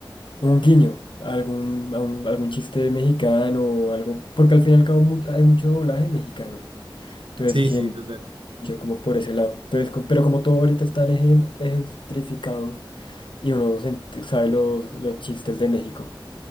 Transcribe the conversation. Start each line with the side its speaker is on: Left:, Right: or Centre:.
Left: un guiño a algún, a un- algún chiste mexicano o algo, porque al fin y al cabo mu- hay mucho doblaje mexicano. Entonces,
Right: Sí,
Left: sí,
Right: sí,
Left: en-
Right: total.
Left: como por ese lado. Entonces, co- pero como todo ahorita está en- gentrificado y uno sen- sabe los, los chistes de México